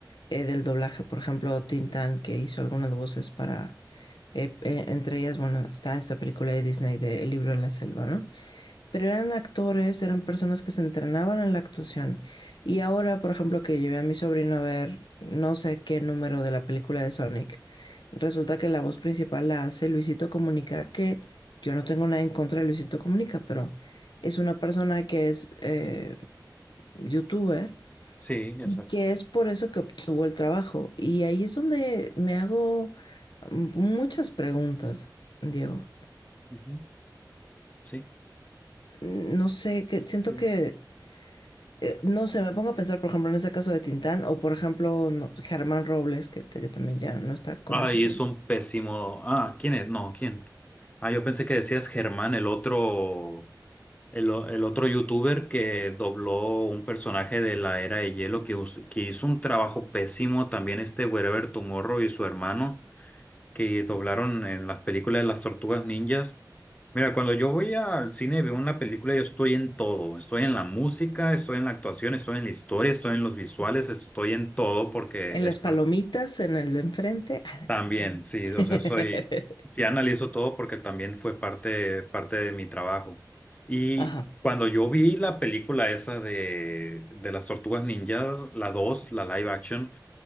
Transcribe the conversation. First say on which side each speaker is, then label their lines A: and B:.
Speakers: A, on the left; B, on the left.
A: eh, del doblaje. Por ejemplo, Tintán, que hizo algunas voces para... eh, eh, entre ellas, bueno, está esta película de Disney de El libro de la selva, ¿no? Pero eran actores, eran personas que se entrenaban en la actuación. Y ahora, por ejemplo, que llevé a mi sobrino a ver no sé qué número de la película de Sonic, resulta que la voz principal la hace Luisito Comunica, que yo no tengo nada en contra de Luisito Comunica, pero es una persona que es eh, youtuber
B: Sí, exacto.
A: y que es por eso que obtuvo el trabajo. Y ahí es donde me hago mm, muchas preguntas, Diego.
B: Ujú, Sí.
A: No sé, que siento
B: Bien.
A: que eh, no sé, me pongo a pensar, por ejemplo, en ese caso de Tintán o, por ejemplo, no, Germán Robles, que, te- que también ya no está con
B: Ay,
A: nosotros.
B: es un pésimo. Ah, ¿quién es? No, ¿quién? Ah, yo pensé que decías Germán, el otro, el, o- el otro youtuber que dobló un personaje de la Era de Hielo que, us- que hizo un trabajo pésimo. También este Wherever Tomorrow y su hermano que doblaron en las películas de las Tortugas Ninjas. Mira, cuando yo voy al cine y veo una película, yo estoy en todo. Estoy en la música, estoy en la actuación, estoy en la historia, estoy en los visuales, estoy en todo porque
A: En las
B: es par-
A: palomitas, en el de enfrente. Ah,
B: también, sí,
A: <laughs>
B: o sea, soy, sí analizo todo porque también fue parte, parte de mi trabajo. Y
A: Ajá.
B: cuando yo vi la película esa de, de las Tortugas Ninjas, la dos la live action,